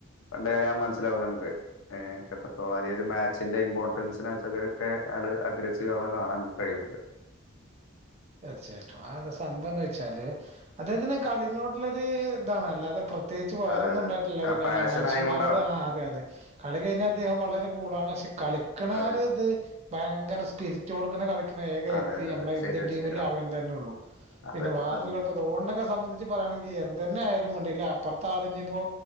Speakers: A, on the left; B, on the right.
A: കണ്ട് കഴിഞ്ഞ മനസിലാവും നമുക്ക് ഏ എത്രത്തോളം അല്ലേ ഒരു മാച്ചിന്റെ ഇമ്പോർട്ടൻസിനെ വെചൊക്കെ ക്കെ ആള് അഗ്രസീവാണ് കാണാൻ <unintelligible> കഴിയമക്ക്
B: തീർച്ചയായിട്ടും ആ എന്താ സംഭവം എന്ന് വെച്ചാല് അദ്ദേഹത്തിന് കളിനോടുള്ളൊരു ഇതാണ് അല്ലാതെ പ്ര ത്യേച്ച് വേറൊന്നും
A: അതെ അതെ
B: ഉണ്ടായിട്ടില്ല
A: ആ
B: പിന്നെ
A: പാഷൻ
B: അല്ല മനുഷ്യമാരോട്
A: ആയതുകൊണ്ടാണ്
B: ആ അതെ അതെ കളി കഴിഞ്ഞാൽ അദ്ദേഹം വളരെ കൂളാണ് ക്ഷെ കളിക്ക്ണ
A: അതെ
B: ആ ഒരു
A: അതെ
B: ഇത് ഭയങ്കര സ്പിരിറ്റ് കൊടുക്ക്ണ കളിക്ക്ണ ഏക വ്യക്തി
A: അതെ അതെ
B: നമ്മളെ
A: അതെ
B: ഇന്ത്യൻ
A: ശരിയാണ് ശരിയാണ്
B: മില്ല് അവൻ തന്നെ ഉള്ളൂ
A: അത്
B: പിന്നെ വാറെള്ളോ
A: ഉം.
B: <unintelligible> ക്കെ സംബന്ധിച്ച് പറയാണെങ്കി എന്തന്നെ ആയാലും വേണ്ടില്ല അപ്പർത്താള് ഞ്ഞ്പ്പോ